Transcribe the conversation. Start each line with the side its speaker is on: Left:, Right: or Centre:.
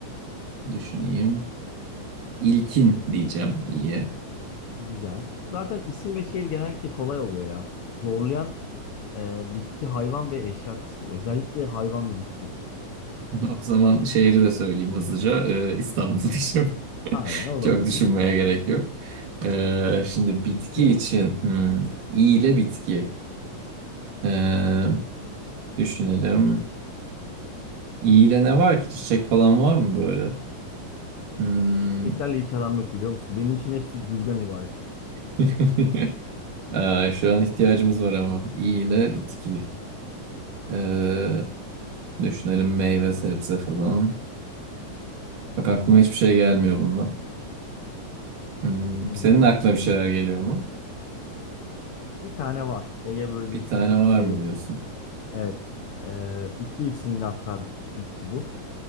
Right: Ee, düşüneyim. İlkin diyeceğim. İyi.
Left: Güzel. Zaten isim ve şehir genellikle kolay oluyor ya. Zorlayan e, bitki, hayvan ve eşya kısmı. Özellikle hayvan ve bitki.
Right: <laughs> O zaman şehri de söyleyeyim hızlıca. Ee, İstanbul <laughs> diyeceğim.
Left: Aynen o
Right: Çok
Left: da basit.
Right: düşünmeye gerek yok. Ee, şimdi
Left: Bitki.
Right: bitki için hmm, i ile bitki. Ee, düşünelim. İ ile ne var ki? Çiçek falan var mı böyle? Hmm.
Left: Çiçeklerle hiç aram yok biliyor musun? Benim için hepsi gülden ibaret.
Right: <laughs> Ee, şu an ihtiyacımız var ama. İ ile bitki. Ee, düşünelim meyve, sebze falan. Bak aklıma hiçbir şey gelmiyor bunda. Hmm,
Left: Hmm.
Right: Senin aklına bir şeyler geliyor mu?
Left: Bir tane var. Ege bölgesinde
Right: Bir tane
Left: çok
Right: var
Left: sevilen.
Right: mı diyorsun?
Left: Evet. Ee, iki isimli hatta bitki bu.